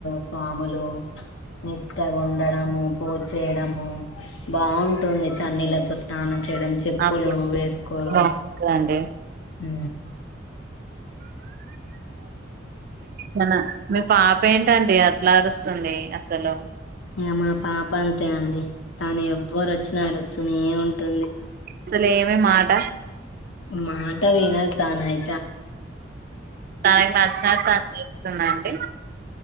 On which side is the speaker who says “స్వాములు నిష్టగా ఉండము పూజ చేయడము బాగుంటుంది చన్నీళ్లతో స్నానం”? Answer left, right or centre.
Left